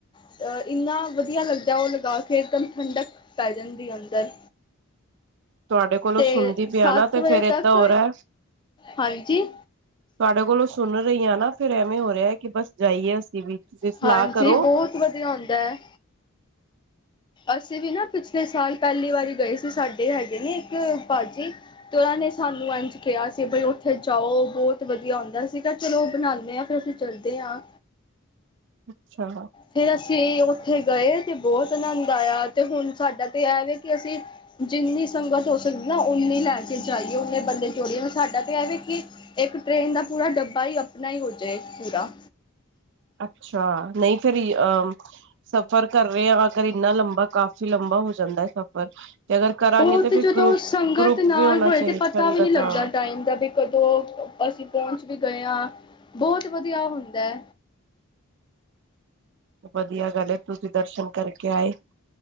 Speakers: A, on the left; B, on the right.
A: ਆ ਹੀ ਨਹੀਂ ਆ ਰਹੀ ਇੰਨਾ ਵਧੀਆ ਲੱਗਦਾ ਉਹ ਲਗਾ ਕੇ ਠੰਡਕ ਪੈਲਨ ਦੀ ਅੰਦਰ'
B: ਤੁਹਾਡੇ ਕੋਲੋਂ
A: ਤੇ
B: ਸੁਣਦੀ ਪਿਆ
A: ਸੱਤ
B: ਨਾ ਤੇ
A: ਵਜੇ
B: ਫੇਰ ਏਦਾਂ
A: ਤੱਕ
B: ਹੋ ਰਿਹਾ
A: ਹਾਂਜੀ!
B: ਤੁਹਾਡੇ ਕੋਲੋਂ ਸੁਣ ਰਹੀ ਹਾਂ ਨਾ- ਫੇਿਰ ਐਵੇਂ ਹੋ ਰਿਹਾ ਕਿ ਬਸ ਜਾਈਏ ਅਸੀਂ ਵੀ! ਤੁਸੀਂ ਸਲਾਹ
A: ਹਾਂਜੀ
B: ਕਰੋ।
A: ਬਹੁਤ ਵਧੀਆ ਹੁੰਦਾ ਹੈ! ਅਸੀਂ ਵੀ ਨਾ ਪਿਛਲੇ ਸਾਲ ਪਹਿਲੀ ਵਾਰੀ ਗਏ ਸੀ ਸਾਡੇ ਹੈਗੇ ਨੇ ਇੱਕ ਭਾਜੀ? ਅਤੇ ਉਹਨਾਂ ਨੇ ਸਾਨੂੰ ਇੰਝ ਕਿਹਾ ਸੀ ਬਈ ਉੱਥੇ ਜਾਓ ਬਹੁਤ ਵਧੀਆ ਹੁੰਦਾ ਸੀਗਾ ਚਲੋ ਉਹ ਬਣਾਉਂਦੇ ਹਾਂ ਫਿਰ ਅਸੀਂ? ਚਲਦੇ ਆਾਂ!
B: ਅੱਛਾ!
A: ਫਿਰ ਅਸੀਂ ਉੱਥੇ ਗਏ ਤੇ ਬਹੁਤ ਆਨੰਦ ਆਇਆ ਤੇ ਹੁਣ ਸਾਡਾ ਤੇ ਇਹ ਵ ਕਿ ਅਸੀਂ ਜਿੰਨੀ ਸੰਗਤ ਹੋ ਸਕਦੀ ਨਾ ਉਨੀ ਲੈ ਕੇ ਜਾਈਏ ਉਨੇ ਬੰਦੇ ਜੋੜੀਏ ਮ ਸਾਡਾ ਤੇ ਇਹ ਵੇਖ? ਇੱਕ ਟ੍ਰੇਨ ਦਾ ਪੂਰਾ ਡੱਬਾ ਹੀ ਆਪਣਾ ਹੀ ਹੋ ਜਾਏ ਪੂਰਾ?
B: ਅੱਛਾ ਨਹੀਂ ਫੇਿਰ ਅਹ? ਸਫ਼ਰ ਕਰ ਰਹੇ ਆ ਆ ਕਰ ਇੰਨਾ ਲੰਬਾ ਕਾਫ਼ੀ ਲੰਬਾ? ਜਾਂਦੈ ਸਫ਼ਰ, ਤੇ ਅਗਰ ਕਰਾਂਗੇ
A: ਉਹ
B: ਤੇ ਫਿਰ
A: ਜਦੋਂ
B: ਗ੍ਰੁਪ,
A: ਸੰਗਤ
B: ਗ੍ਰੁਪ
A: ਨਾਲ
B: ਵੀ ਹੋਣਾ
A: ਹੋਏ
B: ਚਾਈਦਾ
A: ਤੇ ਪਤਾ
B: ਸੰਗਤ
A: ਵੀ ਨਹੀਂ ਲੱਗਦਾ
B: ਆ।
A: ਟਾਈਮ ਦਾ ਵੀ ਕਦੋਂ ਅਸੀ ਪਹੁੰਚ ਵੀ ਗਏ ਆਂ, ਬੋਤ ਵਦੀਆ ਹੁੰਦੈ
B: ਵਦੀਆ ਗਲ ਏ ਤੂਸੀ ਦਰਸ਼ਨ ਕਰਕੇ ਆਏ।